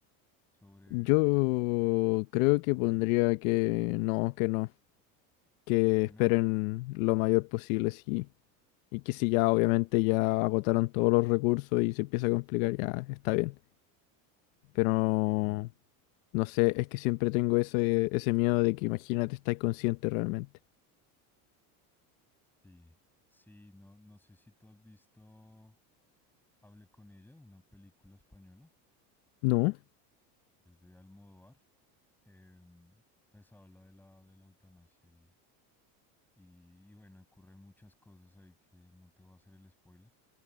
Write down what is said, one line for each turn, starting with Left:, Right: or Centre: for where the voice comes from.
Centre: sobre,
Left: Yo creo
Centre: sobre
Left: que pondría
Centre: eso?
Left: que no, que no, que
Centre: Que
Left: esperen
Centre: no.
Left: lo mayor posible, sí. Y que si ya obviamente ya agotaron todos los recursos y se empieza a complicar, ya está bien. Pero
Centre: Ujú.
Left: no sé, es que siempre tengo ese, ese miedo de que imagínate, estáis consciente realmente.
Centre: Sí, sí, no, no sé si tú has visto Hable con ella, una película española,
Left: No,
Centre: es de Almodóvar. Em, pues habla de la, de la eutanasia y, Y, y bueno, ocurren muchas cosas ahí que no te voy a hacer el spoiler.